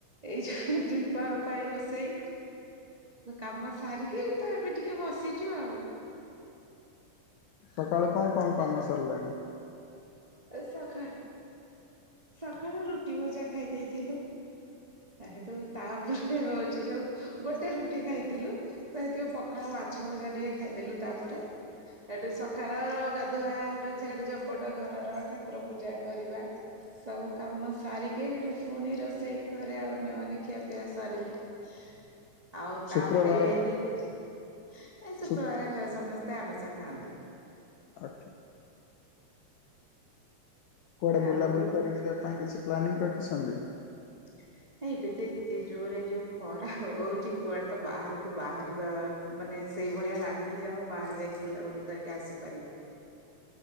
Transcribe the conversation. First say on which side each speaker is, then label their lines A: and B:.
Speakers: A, on the right; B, on the left.
A: ଏଇ ଯୋଉ ଦ୍ଵିପହର ପାଇଁ ରୋଷେଇ କାମ ସାରିକି ତ ଏ ଏ ଟିକେ ବସିଛୁ ଆଉ।
B: ସକାଳୁ କଣ କଣ କାମ ସାରିଲେଣି?
A: ସକାଳ ସକାଳୁ ରୁଟି ଭଜା ଖାଇ ଦେଇଥିଲୁ। ତା ସେଠୁ ତାପରେ ହଉଛି ଯୋଉ ଗୋଟେ ରୁଟି ଖାଇଥିଲୁ। ତ ସେଥିପାଇଁ ପଖାଳ ମାଛ ଭଜା ଟିକେ ଖାଇଦେଲୁ ତାପରେ। ଏଠୁ ସକାଳର ଗାଧୁଆ ହେଠୁ ଝାଡୁ ଝପଟ ଘର ଘର ଠାକୁର ପୂଜା କରିବା। ସବୁ କାମ ସାରିକେ ହେଠୁ ପୁଣି ରୋଷେଇ ଘରେ ଆଉ ଅନ୍ୟମାନେ ଖିଆପିଆ ସରିଲେ ହ <unintelligible> ଆଉ
B: ଶୁକ୍ରବାର
A: ତାପରେ ବି ଏ ଶୁକ୍ରବାରେ
B: ଶୁ
A: ଘରେ ସମସ୍ତେ ଆମିଷ ଖାଆନ୍ତି
B: ଓକେ। କୁଆଡ଼େ ବୁଲାବୁଲି
A: ଆଉ
B: କରି ଯିବା ପାଇଁ କିଛି ପ୍ଲାନିଂ ରଖିଛନ୍ତି?
A: ହ <unintelligible> ନଁ ଏବେ ତ ଏତେ ଜୋରରେ ଯୋଉ ଖରା ହଉଛି କୁଆଡେ ତ ବାହାରକୁ ବାହାରିବା ମାନେ ସେଇଭଳିଆ ଲାଗୁନ ଯ ଆଉ ବାହାରେ ଯାଇକି ବୁଲାବୁଲି କରିକି ଆସିପାରିବୁ